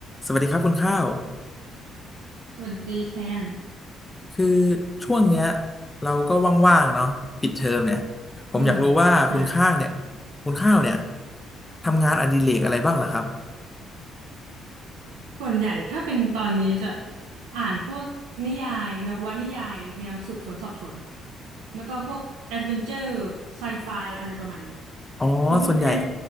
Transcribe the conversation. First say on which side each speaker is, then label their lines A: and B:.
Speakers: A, on the left; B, on the right.
A: สวัสดีครับคุณข้าว
B: สวัสดีแทน
A: คือช่วงเนี้ยเราก็ว่างๆเนาะปิดเทอมเนี่ยผมอยากรู้ว่าคุณข้างเนี่ย
B: อืม ใช่
A: คุณข้าวเนี่ยทำงานอดิเรกอะไรบ้างเหรอครับ
B: ส่วนใหญ่ถ้าเป็นตอนนี้จะอ่านพวกนิยายนวนิยายแนวสืบสวนสอบสวน แล้วก็พวกแอดเวนเจอร์ไซไฟอะไรประมาณนี้
A: อ๋อส่วนใหญ่
B: ของคุณแทน